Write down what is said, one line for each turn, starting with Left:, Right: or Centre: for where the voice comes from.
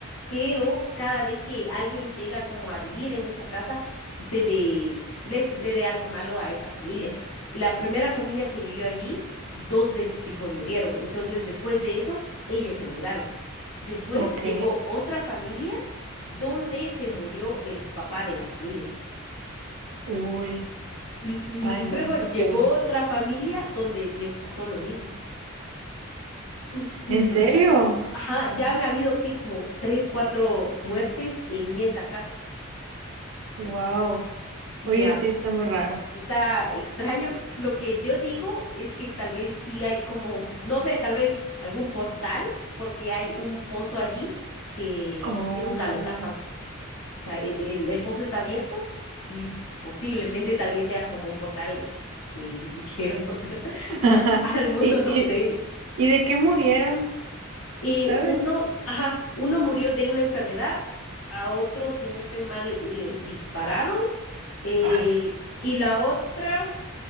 Left: Pero cada vez que alguien llega como a vivir en esa casa, sucede, le sucede algo malo a esa familia. La primera familia que vivió allí, dos de sus hijos murieron. Entonces, después de eso, ellos se mudaron. Después
Right: Ok.
Left: llegó otra familia donde se murió el papá de la familia.
Right: Uy.
Left: L-
Right: Ay, no,
Left: Luego llegó
Right: qué feo.
Left: otra familia donde les pasó lo mismo. <clears throat> Donde,
Right: ¿En serio?
Left: ajá, ya han habido que como tres, cuatro muertes en esa casa.
Right: Wow.
Left: Y
Right: Oye,
Left: ah,
Right: sí está muy raro.
Left: está extraño. Lo que yo digo es que tal vez sí hay como, no sé, tal vez algún portal, porque hay un pozo allí que
Right: Oh.
Left: pues que nunca lo tapan. O sea, e- el, el pozo está abierto y posiblemente tal vez sea como un portal del infierno <laughs>
Right: <laughs>
Left: al mundo,
Right: ¿Y,
Left: no
Right: y,
Left: sé.
Right: y de qué murieron?
Left: Y
Right: ¿Sabes?
Left: uno, ajá, uno murió de una enfermedad, a otro, si no estoy mal, le dispararon. eh,
Right: Ay.
Left: y la otra